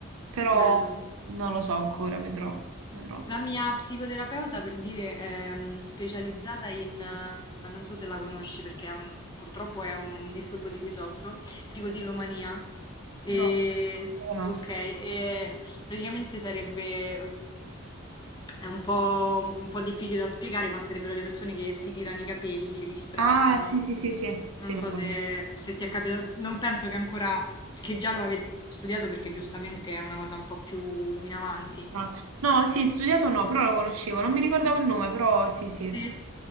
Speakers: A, on the right (about 85°); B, on the left (about 20°).
A: Però
B: bello.
A: non lo so ancora, vedrò, vedrò.
B: La mia psicoterapeuta, per dire, è mm, specializzata in, eh, non so se la conosci perché è un- purtroppo è un disturbo di cui soffro, tricotillomania. E,
A: No, non lo conosco.
B: ok, e praticamente sarebbe, è un po', un po' difficile da spiegare, ma sarebbero le persone che si tirano i capelli, se li strappano.
A: Ah, sì, sì, sì, sì, sì,
B: Non
A: lo
B: so
A: conosco.
B: se, se ti è capitato, non penso che ancora, che già lo avete studiato perché giustamente è una cosa un po' più in avanti.
A: Esatto. No, sì, studiato no, però lo conoscevo, non mi ricordavo il nome, però sì, sì.
B: Sì,